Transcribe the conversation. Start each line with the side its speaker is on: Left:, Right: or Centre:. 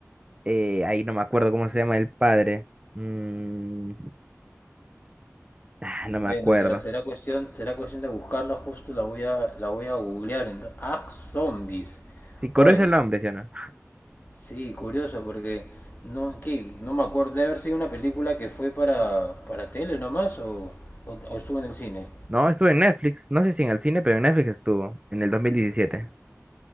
Right: eh, ahí no me acuerdo cómo se llama el padre. Mm, ah, no me
Left: Bueno,
Right: acuerdo.
Left: ya, será cuestión, será cuestión de buscarla, justo la voy a, la voy a googlear entonces. Ah, zombies.
Right: Sí, Coro
Left: Oye,
Right: es el nombre, ¿sí o no?
Left: sí, curioso porque no, ¿qué? No me acuerdo de haber sido una película que fue para, para tele nomás o, o, o estuvo en el cine.
Right: No, estuvo en Netflix. No sé si en el cine, pero en Netflix estuvo, en el 2017.